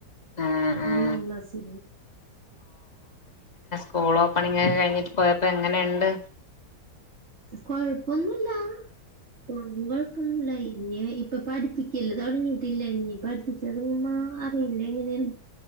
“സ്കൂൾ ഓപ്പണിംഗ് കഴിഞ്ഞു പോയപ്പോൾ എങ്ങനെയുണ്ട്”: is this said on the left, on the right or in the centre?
Left